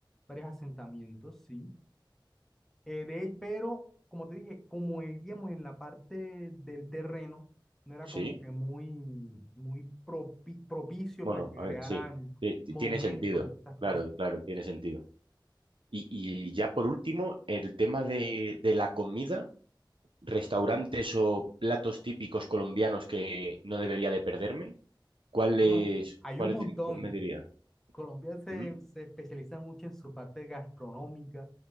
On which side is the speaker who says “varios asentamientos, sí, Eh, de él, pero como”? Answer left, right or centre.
Centre